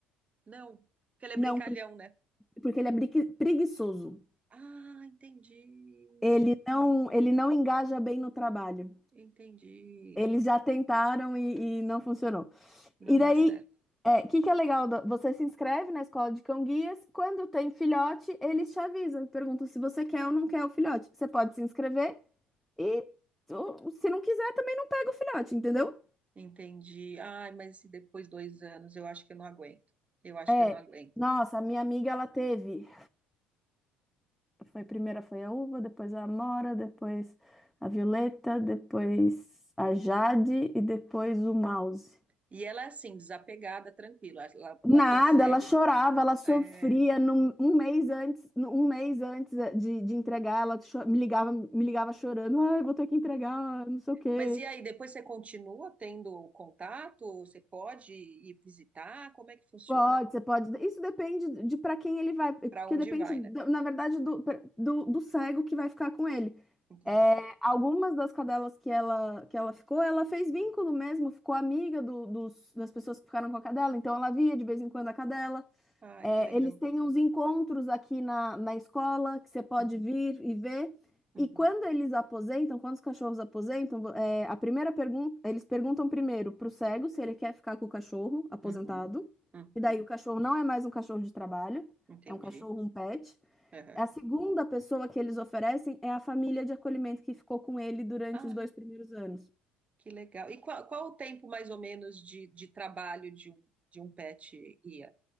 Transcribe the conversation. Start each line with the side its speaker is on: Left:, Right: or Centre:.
Right: Não, porque ele é
Centre: Não,
Right: brincalhão,
Centre: por-
Right: né?
Centre: porque ele é bregui- preguiçoso.
Right: Ah, entendi.
Centre: Ele não, ele não engaja bem no trabalho.
Right: Entendi.
Centre: Eles já tentaram e, e não funcionou.
Right: Não
Centre: E daí,
Right: dá certo.
Centre: o que que é legal? da- Você se inscreve na escola de cão-guias. Quando tem filhote, eles te avisam, perguntam se você quer ou não quer o filhote. Você pode se inscrever e ou, se não quiser, também não pega o filhote, entendeu?
Right: Entendi. Ai, mas se depois dois anos, eu acho que eu não aguento. Eu acho
Centre: É.
Right: que eu não aguento.
Centre: Nossa, a minha amiga, ela teve. Foi, primeira foi a uva, depois a amora, depois a violeta, depois a jade e depois o mouse.
Right: E ela é assim, desapegada, tranquila. Ela,
Centre: Nada,
Right: ela consegue.
Centre: ela chorava, ela sofria.
Right: é.
Centre: Num- um mês antes, num- um mês antes eh, de, de entregar, ela cho- me ligava, me ligava chorando. Ai, vou ter que entregar,
Right: Hum.
Centre: não sei o quê.
Right: Mas e aí, depois você continua tendo contato? Você pode ir visitar? Como é que funciona?
Centre: Pode, você pode. Isso depende de para quem ele vai,
Right: Para
Centre: porque
Right: onde
Centre: depende,
Right: vai,
Centre: da-
Right: né?
Centre: na verdade, do, do, do cego que vai ficar com ele.
Right: Entendi.
Centre: É, algumas das cadelas que ela, que ela ficou, ela fez vínculo mesmo, ficou amiga do- dos, das pessoas que ficaram com a cadela, então ela via de vez em quando a cadela.
Right: Ah,
Centre: É,
Right: que legal.
Centre: eles têm uns encontros aqui na, na escola que você pode
Right: Uhum,
Centre: vir e ver.
Right: uhum,
Centre: E quando eles aposentam, quando os cachorros aposentam, vo- é, a primeira pergunta, eles perguntam primeiro para o cego se ele quer ficar com o cachorro aposentado.
Right: uhum, uhum.
Centre: E daí o cachorro não é mais um cachorro de trabalho,
Right: Entendi.
Centre: é um cachorro, um pet.
Right: Uhum.
Centre: A segunda pessoa que eles oferecem é a família de acolhimento que ficou com ele durante
Right: Ah,
Centre: os dois primeiros anos.
Right: Que legal. E qual, qual o tempo mais ou menos de, de trabalho de um, de um pet guia?